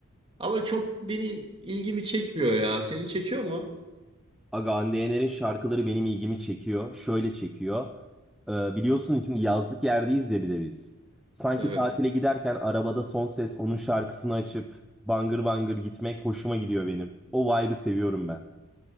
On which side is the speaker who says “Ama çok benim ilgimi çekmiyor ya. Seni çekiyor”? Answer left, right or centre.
Right